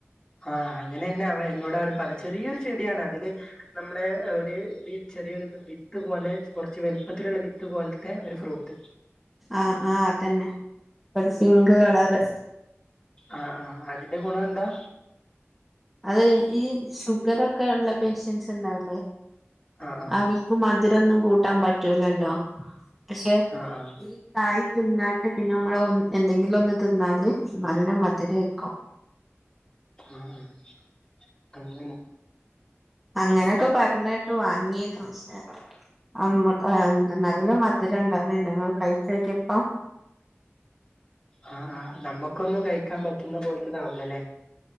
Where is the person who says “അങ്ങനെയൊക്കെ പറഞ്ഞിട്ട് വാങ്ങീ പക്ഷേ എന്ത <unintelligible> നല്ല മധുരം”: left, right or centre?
Centre